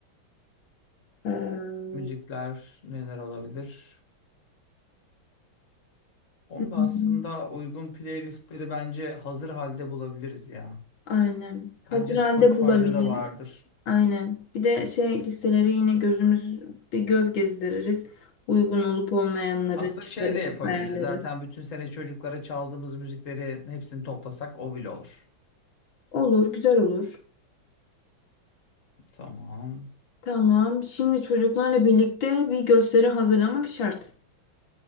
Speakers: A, on the left; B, on the left.
A: Ee, <laughs>
B: Müzikler
A: hı
B: neler olabilir? Onu
A: hı.
B: da aslında uygun playlistleri bence hazır halde bulabiliriz ya.
A: aynen. Hazır
B: Bence
A: halde
B: Spotify'da
A: bulabiliriz.
B: da vardır.
A: Aynen. Bir de şey listelere yine gözümüz bir göz gezdiririz. Uygun olup olmayanları
B: Aslında
A: çıkarırız,
B: şey de yapabiliriz.
A: ayarlarız.
B: Zaten bütün sene çocuklara çaldığımız müzikleri hepsini toplasak o bile olur.
A: Olur, güzel olur.
B: Tamam.
A: Tamam. Şimdi çocuklarla birlikte bir gösteri hazırlamak şart.